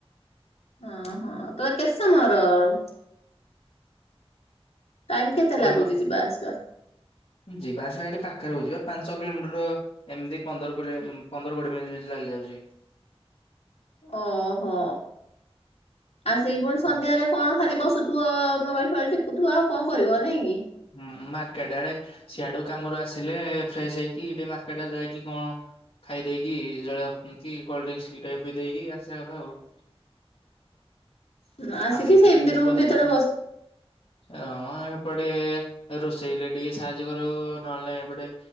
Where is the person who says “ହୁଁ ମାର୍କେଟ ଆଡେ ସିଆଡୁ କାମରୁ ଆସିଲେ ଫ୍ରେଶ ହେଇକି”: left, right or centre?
Left